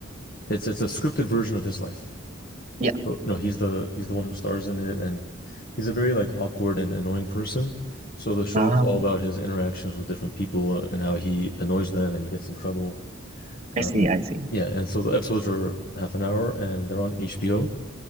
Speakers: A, on the left; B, on the right.
A: it's it's a scripted version of his life.
B: yeah.
A: But no, he's the he's the one who stars in it and he's a very like awkward and annoying person. So the show
B: Ah,
A: is all about his interactions with different people uh, and how he annoys them and he gets in trouble. Uh,
B: I see, I see.
A: yeah, and so the episodes are half an hour and they're on HBO.